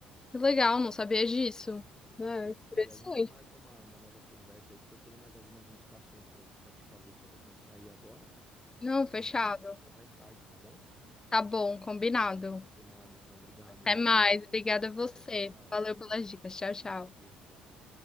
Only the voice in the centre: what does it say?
Não,
fechou.
Aí a gente marca uma, uma nova conversa aí, porque eu tenho mais algumas indicações pra para te fazer, só que eu tenho que sair agora.
Mas
a gente continua mais tarde, tá bom?
Combinado, então, obrigado,
viu?
Até
mais,
tchau, tchau.
Imagina, tchau, tchau.